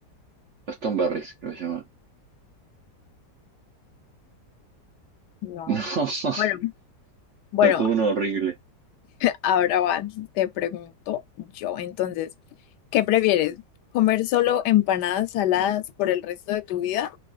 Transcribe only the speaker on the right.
los Tom Berries, creo que se llama.
<laughs> No,
tocó uno horrible.